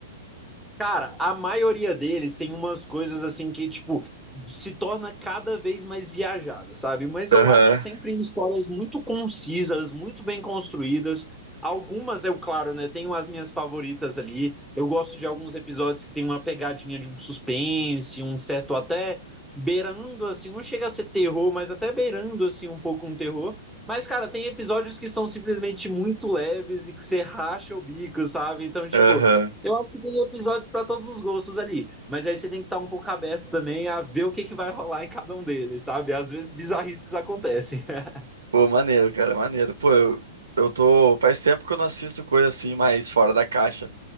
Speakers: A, in the centre; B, on the right.
A: Cara, a maioria deles tem umas coisas assim que, tipo, se torna cada vez mais viajada, sabe? Mas
B: Aham,
A: eu acho sempre histórias muito concisas, muito bem construídas. Algumas, eu, claro, né? Tenho as minhas favoritas ali. Eu gosto de alguns episódios que tem uma pegadinha de um suspense, um certo até beirando, assim, não chega a ser terror, mas até beirando, assim, um pouco um terror. Mas, cara, tem episódios que são simplesmente muito leves e que você racha o bico, sabe? Então, tipo.
B: aham.
A: Eu acho que tem episódios para todos os gostos ali, mas aí você tem que estar um pouco aberto também a ver o que, que vai rolar em cada um deles, sabe? Às vezes bizarrices acontecem. <laughs>
B: Pô, maneiro, cara, maneiro. Pô, eu, eu tô. Faz tempo que eu não assisto coisa assim, mais fora da caixa.